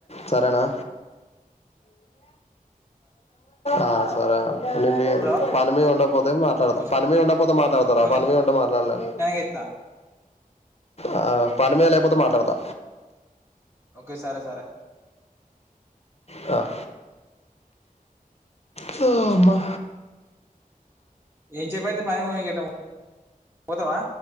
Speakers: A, on the left; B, on the right.
A: సరేనా ఆ సరే నువ్వు
B: హలో
A: పనిమీదుండకపోతే మాట్లాడతా
B: ఇంకొంచెం
A: పనిమీద ఉండకపోతే మాట్లాడతారా
B: ఇంకొంచెం
A: పనిమీదుంటే మాట్లాడలేం
B: చేత్తా
A: ఆ పని మీద లేకపోతే మాట్లాడతా
B: ఒకే సరే సరే
A: అ హా అమ్మ
B: <unintelligible> పనికి పోతావా